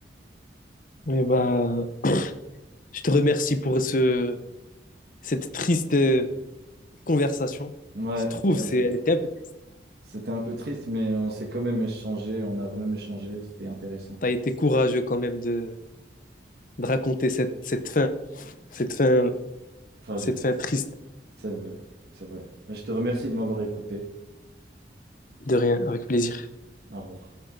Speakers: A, on the left; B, on the right.
A: Et ben, je te remercie pour ce, cette triste euh, conversation.
B: Ouais,
A: Je trouve
B: ouais,
A: c'est,
B: c'est vrai.
A: elle était un peu triste.
B: C'était un peu triste, mais on s'est quand même échangé, on a quand même échangé, c'était intéressant.
A: Tu as été courageux quand même de, de raconter cette, cette fin, cette fin,
B: Tragique,
A: cette fin triste.
B: c'est vrai, c'est vrai. Mais je te remercie de m'avoir écouté.
A: De rien, avec plaisir.
B: Au revoir.